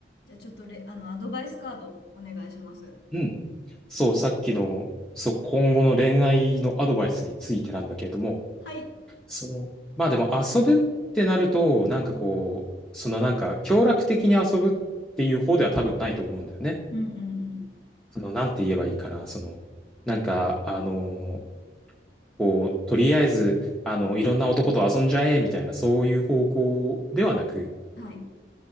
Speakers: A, on the left; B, in the centre.
A: じゃあちょっとレ、あの、アドバイスカードをお願いします。
B: うん。そう、さっきの、そう、今後の恋愛のアドバイスについてなんだけれども、
A: はい。
B: その、まあでも遊ぶってなると、なんかこう、
A: うん、
B: そのなんか、協力的に遊ぶっていう方では多分ないと思うんだよね。
A: うん、うんうん。
B: その、なんて言えばいいかな、その、なんか、あの、こう、とりあえず、あの、いろんな男と遊んじゃえ、みたいな、そういう方向ではなく、
A: はい。